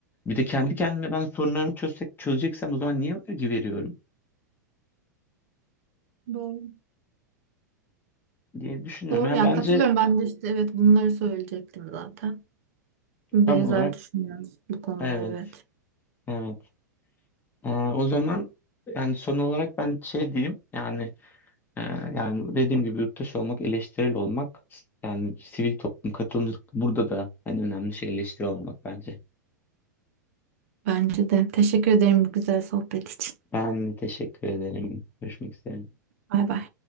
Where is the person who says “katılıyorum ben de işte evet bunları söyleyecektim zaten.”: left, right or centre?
Right